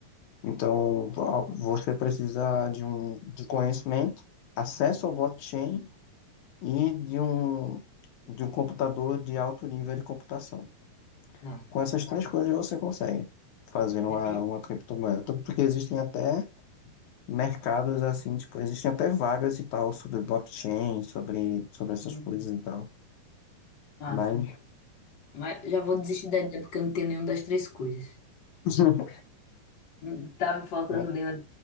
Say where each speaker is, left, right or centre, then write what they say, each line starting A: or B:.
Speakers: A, on the left (about 70°); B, on the left (about 45°).
A: Então, ah, você precisa de um de conhecimento, acesso ao blockchain e de um, de um computador de alto nível de computação.
B: Ah,
A: Com essas três coisas você consegue fazer uma,
B: aí,
A: uma criptomoeda. Tanto que existem até mercados assim, tipo, existem até vagas e tal sobre blockchain, sobre, sobre essas
B: hum,
A: coisas e tal.
B: massa.
A: Mas,
B: Mas já vou desistir da ideia porque eu não tenho nenhuma das três coisas.
A: <laughs>
B: Não tá me faltando
A: mas
B: nenhuma.